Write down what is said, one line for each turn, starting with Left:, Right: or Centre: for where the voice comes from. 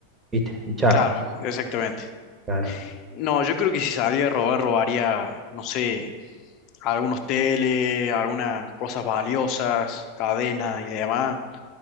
Right: ¿viste? Y chao.
Left: Claro, exactamente.
Right: Claro,
Left: No, yo creo que si salía a robar, robaría, no sé, algunos teles, algunas cosas valiosas, cadenas y demás.